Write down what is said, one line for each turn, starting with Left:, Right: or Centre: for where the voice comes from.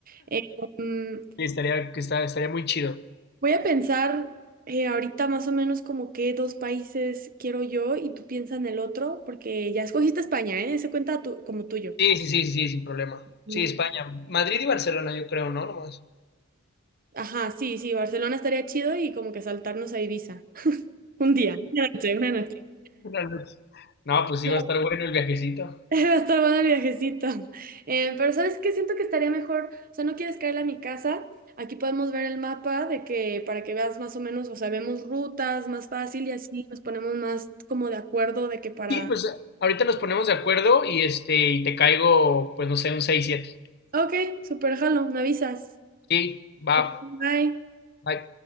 Right: Eh, mm,
Left: Y estaría, que está- estaría muy chido.
Right: Voy a pensar eh, ahorita más o menos como qué dos países quiero yo y tú piensa en el otro, porque ya escogiste España, ¿eh? Ese cuenta tu- como tuyo.
Left: Sí, sí, sí, sí, sin problema.
Right: Mm,
Left: Sí, España. Madrid y Barcelona, yo creo, ¿no? Nomás.
Right: Ajá, sí, sí, Barcelona estaría chido y como que saltarnos a Ibiza. <laughs> Un día, una noche, una noche.
Left: <laughs> No, pues sí
Right: No,
Left: va a estar bueno el viajecito.
Right: <laughs> Va a estar bueno el viajecito. Eh, pero ¿sabes qué? Siento que estaría mejor, o sea, no quieres caerle a mi casa. Aquí podemos ver el mapa de que para que veas más o menos, o sea, vemos rutas más fácil y así nos ponemos más como de acuerdo de que para
Left: Sí, pues ahorita nos ponemos de acuerdo y este, y te caigo, pues no sé, un seis siete
Right: Ok, super jalo, me avisas.
Left: Sí, va.
Right: Ok, bye.
Left: Bye.